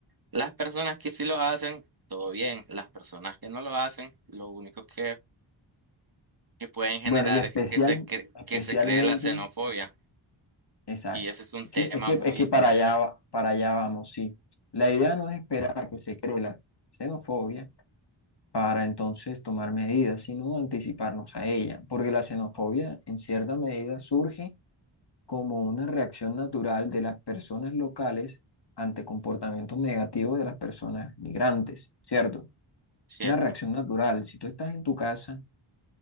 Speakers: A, on the right; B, on the left.
A: Las personas que sí lo hacen, todo bien. Las personas que no lo hacen, lo único que, que pueden generar
B: Bueno, y especial,
A: es que se, cre-
B: especialmente,
A: que se cree la xenofobia.
B: exacto.
A: Y ese es un
B: Es
A: tema
B: que, es que,
A: muy,
B: es que para
A: muy
B: allá, va- para allá vamos, sí. La idea no es esperar a que se cree la xenofobia para entonces tomar medidas, sino anticiparnos a ella, porque la xenofobia en cierta medida surge como una reacción natural de las personas locales ante comportamientos negativos de las personas migrantes, ¿cierto?
A: cierto.
B: Una reacción natural. Si tú estás en tu casa